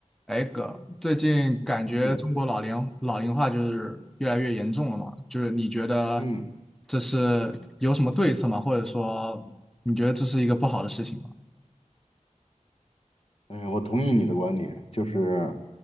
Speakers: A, in the centre; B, on the left.
A: 哎哥，最近感觉中国老龄老龄化就是越来越严重了嘛？
B: 嗯
A: 就是你觉得
B: 嗯，
A: 这是有什么对策吗？或者说你觉得这是一个不好的事情吗？
B: 哎，我同意你的观点，就是